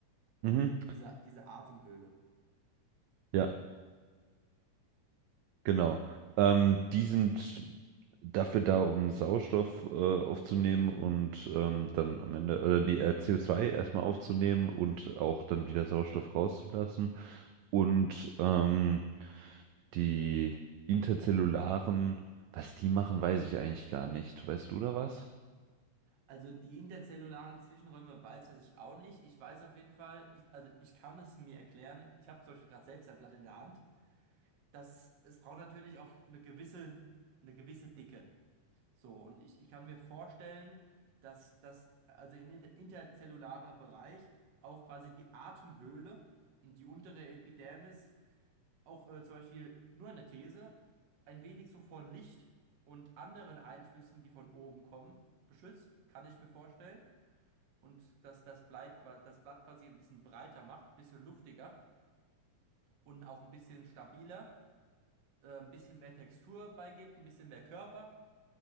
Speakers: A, on the right (about 55°); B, on the right (about 85°).
A: Und
B: Mhm.
A: diese, diese Atemhöhle.
B: Ja, genau. Ähm, die sind dafür da, um Sauerstoff äh, aufzunehmen und ähm, dann am Ende, äh, nee, äh, CO2 erstmal aufzunehmen und auch dann wieder Sauerstoff rauszulassen. Und ähm, die interzellularen, was die machen, weiß ich eigentlich gar nicht. Weißt du da was?
A: Also die interzellularen Zwischenräume weiß ich auch nicht. Ich weiß auf jeden Fall, ich, also ich kann es mir erklären, ich habe zum Beispiel gerade selbst ein Blatt in der Hand, dass es braucht natürlich auch eine gewisse, eine gewisse Dicke. So, und ich, ich kann mir vorstellen, dass das, also in inter- interzellularer Bereich auch quasi die Atemhöhle und die untere Epidermis auch äh, zum Beispiel nur eine These, ein wenig so vor Licht und anderen Einflüssen, die von oben kommen, beschützt, kann ich mir vorstellen und dass das Blatt, das Blatt quasi ein bisschen breiter macht, ein bisschen luftiger und auch ein bisschen stabiler, äh, ein bisschen mehr Textur beigibt, ein bisschen mehr Körper.